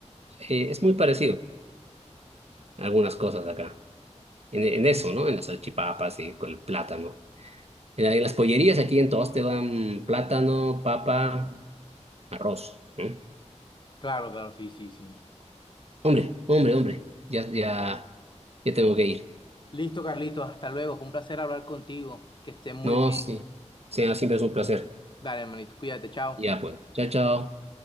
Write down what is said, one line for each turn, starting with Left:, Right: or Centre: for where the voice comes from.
Right: eh, es muy parecido a algunas cosas de acá, en, en eso, ¿no? En las salchipapas y con el plátano. En, la- en las pollerías aquí en todos te dan plátano, papa, arroz, ¿no?
Left: Claro, claro, sí, sí, sí.
Right: Hombre, hombre, hombre, ya, ya, ya tengo que ir.
Left: Listo, Carlitos, hasta luego. Fue un placer hablar contigo. Que estés muy
Right: No,
Left: bien.
Right: sí, sí, siempre es un placer.
Left: Dale, hermanito, cuídate, chao.
Right: Ya pues, chao, chao.